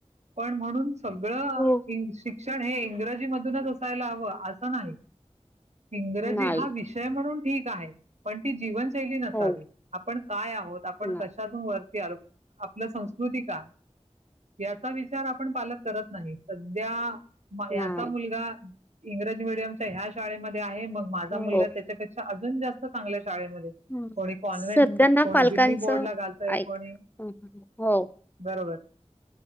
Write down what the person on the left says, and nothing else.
हो
नाही
हो
नाही
नाही
हो
हं
सध्या ना
पालकांचं
ऐक
हं, हं. हो